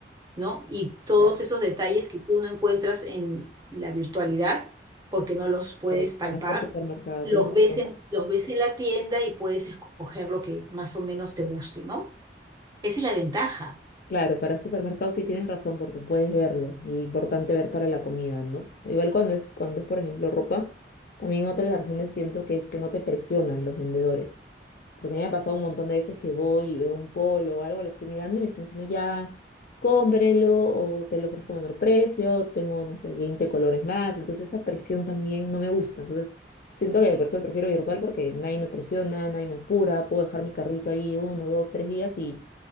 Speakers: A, on the right (about 20°); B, on the left (about 50°).
A: ¿no? Y todos
B: Claro,
A: esos detalles que tú no encuentras en la virtualidad porque no los puedes
B: por,
A: palpar,
B: cuando es por supermercado,
A: los
B: tienes razón.
A: ves en, los ves en la tienda y puedes escoger lo que más o menos te guste, ¿no? Esa es la ventaja.
B: Claro, para supermercados sí tienes razón porque puedes verlo y importante ver para la comida, ¿no? Igual cuando es cuando es por ejemplo ropa, también otra de las razones siento que es que no te presionan los vendedores. Porque a mí me ha pasado un montón de veces que voy y veo un polo o algo, lo estoy mirando y me están diciendo ya, cómprelo o te lo ofrezco a menor precio, tengo, no sé, 20 colores más. Entonces esa presión también no me gusta. Entonces siento que por eso prefiero virtual porque nadie me presiona, nadie me apura, puedo dejar mi carrito ahí uno, dos, tres días y